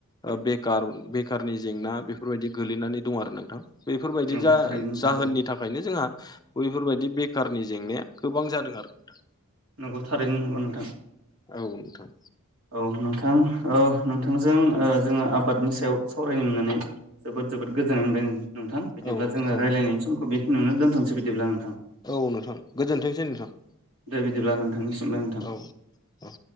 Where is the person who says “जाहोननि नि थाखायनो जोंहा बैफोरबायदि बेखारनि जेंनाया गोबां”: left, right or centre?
Left